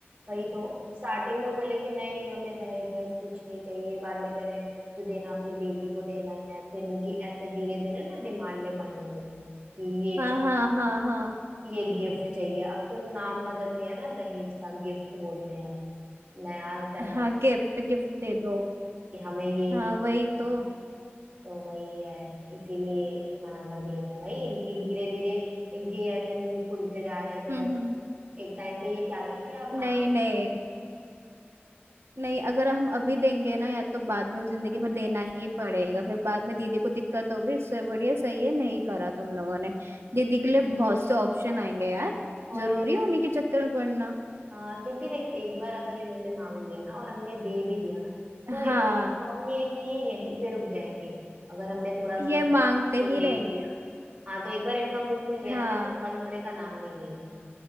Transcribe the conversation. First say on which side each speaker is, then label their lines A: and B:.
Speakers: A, on the right; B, on the right.
A: वही तो स्टार्टिंग में बोले कि नहीं हमें दहेज वहेज कुछ नहीं चाहिए बाद में कह रहे हैं, जो देना अपनी बेटी को देना है फिर उनकी ऐसे धीरे धीरे ना डिमांडें बढ़ने लगी कि ये
B: हाँ
A: च-
B: हाँ हाँ हाँ
A: ये गिफ्ट चाहिए अब तो नाम बदल दिया ना दहेज का गिफ्ट बोलते हैं अब नया टर्न
B: हाँ गिफ्ट गिफ्ट दे दो
A: कि हमें ये
B: हाँ
A: गिफ्ट
B: वही तो
A: तो वही है इसीलिए मना कर दिया गया भाई इनकी धीरे धीरे इनकी ऐसे मुंह खुलते जा रहे हैं तो
B: हम्म
A: भाई
B: हम्म
A: एक टाइम पे ये क्या ही क्या मांग
B: नहीं नहीं नहीं अगर हम अभी देंगे ना या तो बाद में वो जिंदगी भर देना ही पड़ेगा फिर बाद में दीदी को दिक्कत होगी इससे बढ़िया सही है नहीं करा तुम लोगों ने दीदी के लिए बहुत से ऑप्शन आएंगे यार
A: और
B: जरूरी
A: नहीं तो
B: है उन्हीं के चक्कर में पड़ना
A: हाँ क्योंकि देख एक बार अगर इन्होंने मांग लिया ना और हमने दे भी दिया ना तो
B: हाँ
A: कंफर्म नहीं है कि ये यहीं पे रुक जाएंगे अगर हमने थोड़ा
B: ये
A: सोच
B: मांगते
A: के तो
B: ही
A: दे
B: रहेंगे
A: दिया हाँ तो एक बार इनका मुंह खुल गया
B: हाँ
A: ना तो फिर बंद होने का नाम नहीं लेगा